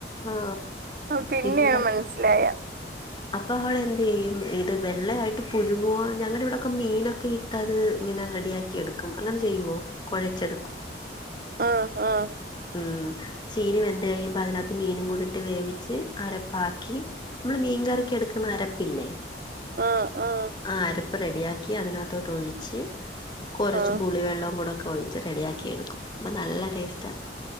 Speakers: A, on the left; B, on the right.
A: ആ
B: അ പിന്നെയാ
A: ഇവിടെ
B: മനസ്സിലായേ
A: അപ്പൊ അവിടെ എന്ത്യെയ്യും ഇത് വെള്ളയായിട്ട് പുഴുങ്ങുവോ ഞങ്ങടിവ്ടൊക്കെ മീനൊക്കെ ഇട്ട് ട്ടത് ഇങ്ങനെ റെഡിയാക്കി എടുക്കും അങ്ങനെ ചെയ്യുവോ കൊഴച്ചെടുക്കും
B: ആഹ് ആഹ്
A: ഉം ചീനി വെന്ത് കഴിയുമ്പോ അതിനാത്ത് മീനും കൂടിട്ട് വേവിച്ച് അരപ്പാക്കി നമ്മള് മീൻ കറിക്കെടുക്കുന്ന അരപ്പില്ലേ
B: ആഹ് ആഹ്
A: ആ അരപ്പ് റെഡിയാക്കി അതിനകത്തോട്ടൊഴിച്ച് കൊറച്ച്
B: ആ
A: പുളിവെള്ളം കൂടെ ഒക്കെ ഒഴി റെഡിയാക്കി എടുക്കും അപ്പൊ നല്ല ടേസ്റ്റാ